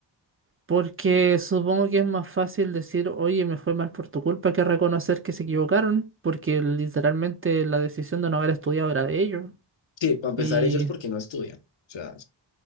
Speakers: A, on the right; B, on the left.
A: Porque supongo que es más fácil decir, oye, me fue mal por tu culpa, que reconocer que se equivocaron, porque literalmente la decisión de no haber estudiado era de ellos.
B: Sí, para empezar
A: Y
B: ellos porque no estudian. O sea,